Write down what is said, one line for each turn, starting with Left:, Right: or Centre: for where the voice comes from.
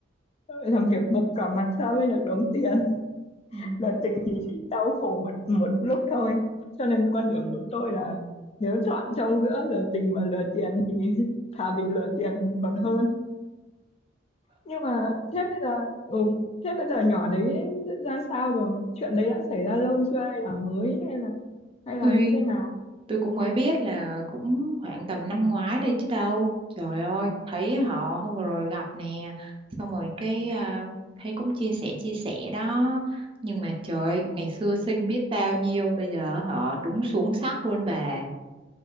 Left: ờ, làm việc bục cả mặt ra mới được đóng tiền
Right: ừ.
Left: là tình thì chỉ đau khổ một một lúc thôi cho nên quan điểm của tôi là nếu chọn trong giữa lừa tình và lừa tiền thì <laughs> thà bị lừa tiền còn hơn nhưng mà thế bây giờ ừ, thế bây giờ nhỏ đấy ra sao rồi chuyện đấy đã xảy ra lâu chưa hay là mới hay là hay là
Right: tôi
Left: như thế nào
Right: tôi cũng mới biết là cũng khoảng tầm năm ngoái đây chứ đâu trời ơi thấy họ hôm vừa rồi gặp nè xong rồi cái à, thấy cũng chia sẻ chia sẻ đó nhưng mà trời ơi, ngày xưa xinh biết bao nhiêu bây giờ họ đúng xuống sắc luôn bà